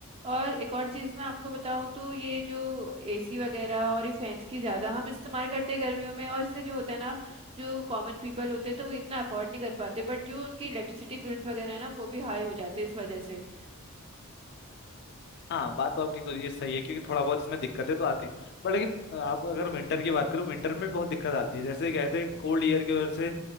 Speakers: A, on the right; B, on the left.
A: और एक और चीज मैं आपको बताऊं तो ये जो एसी वगैरह और ये फैंस की ज्यादा हम इस्तेमाल करते हैं गर्मियों में और इससे जो होता है ना जो कॉमन पीपल होते हैं तो वो इतना अफोर्ड नहीं कर पाते बट जो उनकी इलेक्ट्रिसिटी बिल्स वगैरह है ना वो भी हाई हो जाते हैं इस वजह से
B: हाँ बात तो आपकी कुछ- ये सही है क्योंकि थोड़ा बहुत इसमें दिक्कतें तो आती हैं पर लेकिन अ, आप अगर विंटर की बात करो विंटर में भी बहुत दिक्कत आती है जैसे कहते हैं कोल्ड ईयर की वजह से